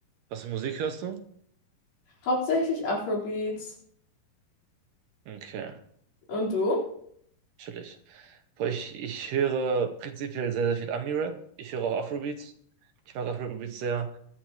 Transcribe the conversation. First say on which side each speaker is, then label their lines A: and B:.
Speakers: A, on the right; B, on the left.
A: Was für Musik hörst du?
B: Hauptsächlich Afrobeats.
A: Okay.
B: Und du?
A: Natürlich. Boah, ich, ich höre prinzipiell sehr, sehr viel Ami-Rap. Ich höre auch Afrobeats. Ich mag Afrobeats sehr.